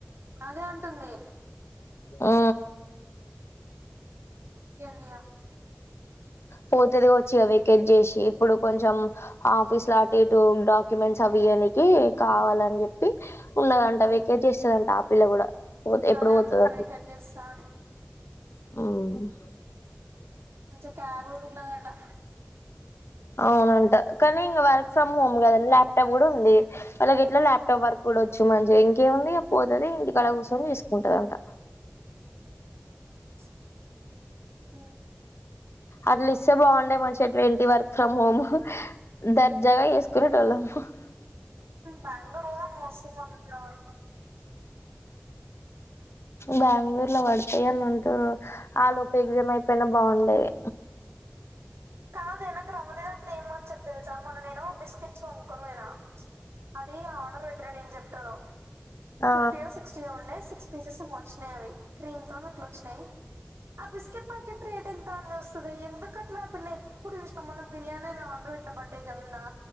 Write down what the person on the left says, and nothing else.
ఆ
పోతేది వచ్చి వెకేట్ జేసి ఇప్పుడు కొంచెం ఆఫీస్ లా అటు ఇటు డాక్యుమెంట్స్ అవి దయనికి కావాలని చెప్పి ఉన్నదంట వెకేట్ చేస్తదంట ఆ పిల్ల కూడా పోతే ఎప్పుడు
పోతదన్
అవును
అవునంట కానీ ఇంకా వర్క్ ఫ్రమ్ హోమ్ కద ల్యాప్టాప్ కూడా ఉంది వాలకెట్లా ల్యాప్టాప్ వర్క్ కూడా వచ్చు మంచిగా ఇంకేముంది పోతది ఇంటికాడ కూసొని చేసుకుంటది అంట
అట్లిస్తే బాగుండే మంచిగ ట్వంటీ వర్క్ ఫ్రమ్ హోమ్ దర్జాగా చేసు <unintelligible>
బాంగుళూరు లో పడతాయి అని అంటురు ఆలోపు ఎగ్జామ్ అయిపోయిన బాగుండేది
ఆ